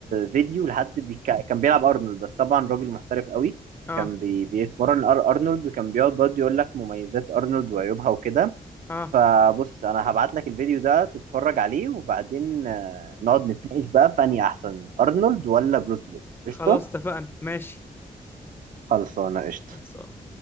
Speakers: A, on the right (about 80°); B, on the left (about 15°).
A: فيديو لحد بي... كان بيلعب ارنولد بس طبعا راجل محترف قوي
B: اه
A: كان بي... بيتمرن أر- ارنولد وكان بيقعد برضو يقول لك مميزات ارنولد وعيوبها وكده
B: اه
A: فبص انا هبعت لك الفيديو ده تتفرج عليه وبعدين آه، نقعد نتناقش بقى فاني احسن ارنولد ولا بروس بليت قشطة
B: خلاص اتفقنا ماشي
A: خلصانة قشطة
B: خلصان